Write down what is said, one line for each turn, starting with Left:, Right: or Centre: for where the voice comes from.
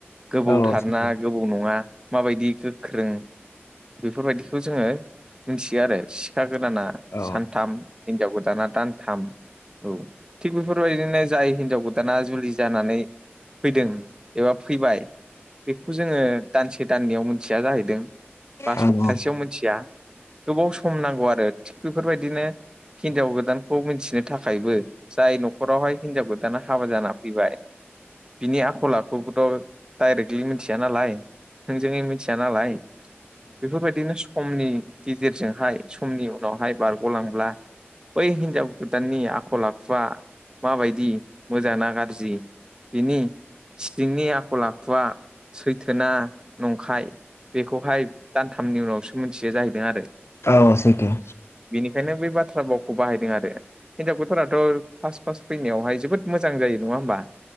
Right: गोबौथारना
Left: औ सैथो
Right: गोबौ नङा माबायदि गोख्रों बेफोरबायदिखौ जोङो मिथियो आरो सिखा गोदाना
Left: औ
Right: सानथाम हिनजाव गोदाना दानथाम औ थिग बेफोरबायदि नो जाय हिनजाव गोदाना जुलि जानानै फैदों एबा फैबाय बेखौ जोङो दानसे दाननैयाव मोनथिया जाहैदों बा
Left: औ
Right: सप्तासेयाव मोनथिया गोबाव सम नांगौ आरो थिग बेफोरबायदिनो हिनजाव गोदानखौ मिथिनो थाखायबो जाय न'खरावहाय हिनजाव गोदाना हाबा जाना फैबाय बिनि आखल आखुखौथ' डायरेक्टलि मिथिया नालाय थोंजोङै मिथिया नालाय बेफोरबायदिनो समनि गेजेरजोंहाय समनि उनावहाय बारग'लांब्ला बै हिन्जाव गोदाननि आखल आखुआ माबायदि मोजां ना गाज्रि बिनि सिंनि आखल आखुवा सैथोना नंखाय बेखौहाय दानथामनि उनावसो मोनथियो जाहैदों आरो
Left: औ सैथो
Right: बेनिखायनो बै बाथ्रा भावखौ बाहायदों आरो हिनजाव गोदानाथ' फास फास फैनायावहाय जोबोद मोजां जायो नङा होमबा